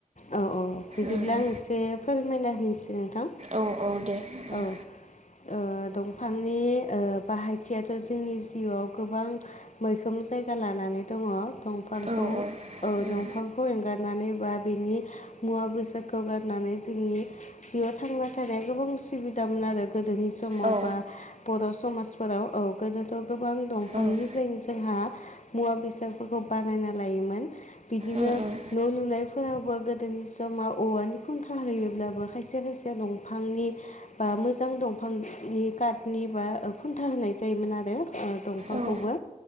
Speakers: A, on the left (about 65°); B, on the right (about 55°).
A: औ औ बिदिब्ला
B: उम उम
A: आं एसे फोरमायना होनोसै नोंथां
B: औ औ दे उम
A: औ ओ दंफांनि ओ बाहायथियाथ' जोंनि जिउआव गोबां मैखोम जायगा लानानै दङ' दंफांखौ
B: औ
A: औ
B: उम
A: दंफांखौ एंगारनानै बा बेनि मुवा बेसादखौ गारनानै जोंनि जिउआव थांना थानाया गोबां उसुबिदामोन आरो गोदोनि समाव
B: औ
A: बा बर' समाजफोराव औ गोदोथ' गोबां दंफांनिफ्रायनो
B: उम
A: जोंहा मुवा बेसादफोरखौ बानायना लायोमोन बिदिनो
B: उम उम
A: न' लुनाय फोरावबो गोदोनि समाव औवानि खुन्था होयोब्लाबो खायसे खायसेया दंफांनि बा मोजां दंफांनि कार्टनि बा खुन्था होनाय जायोमोन आरो दंफांखौबो
B: औ